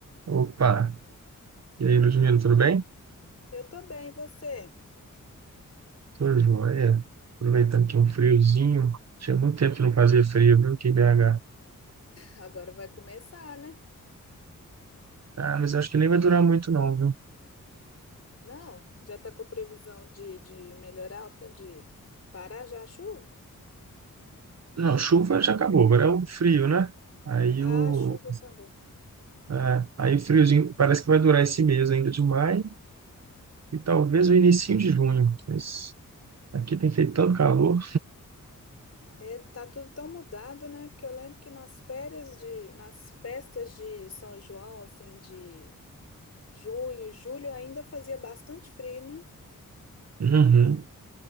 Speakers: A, on the right; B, on the left.
A: Opa, e aí, Ludmila, tudo bem?
B: Eu tô bem, e você?
A: Tudo jóia. Aproveitando
B: Ah,
A: que é um friozinho. Tinha muito tempo que não fazia frio, viu, aqui em BH.
B: Agora vai começar, né?
A: Ah, mas acho que nem vai durar muito não, viu?
B: Não, já tá com a previsão de, de melhorar, tá? de parar já a chuva?
A: Não, chuva já acabou, agora é o frio, né? Aí
B: Ah,
A: o,
B: a chuva acabou.
A: é, aí o friozinho parece que vai durar esse mês ainda de maio e talvez o início de junho. Mas aqui tem feito tanto calor.
B: É, tá tudo tão mudado, né? Porque eu lembro que nas férias de, nas festas de São João, assim, de junho, julho, ainda fazia bastante frio, né?
A: Uhum.